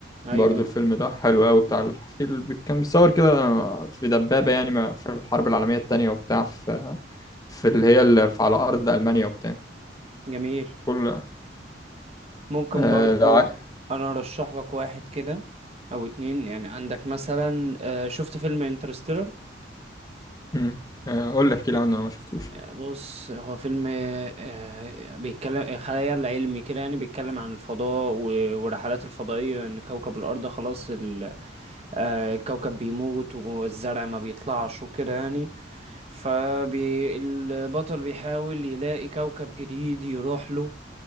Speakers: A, on the right (about 35°); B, on the left (about 20°).
A: ايوه
B: برضو
A: ايوه
B: الفيلم ده حلو قوي بتاع الفيلم كان متصور كده في دبابه يعني ما- في الحرب العالميه التانيه وبتاع في, في اللي هي اللي في- على ارض المانيا وبتاع
A: جميل
B: كل
A: ممكن
B: آه
A: برضو
B: لو عاي-
A: انا ارشح لك واحد كده او اتنين يعني عندك مثلا آه، شفت فيلم انترستيلر
B: م. آه، قول لي احكي لي عنه انا ما شفتوش
A: بص هو فيلم آه، بيتكلم خيال علمي كده يعني بيتكلم عن الفضاء و- والرحلات الفضائية ان كوكب الارض خلاص ال- آه، الكوكب بيموت والزرع ما بيطلعش وكده يعني فالبطل بيحاول يلاقي كوكب جديد يروح له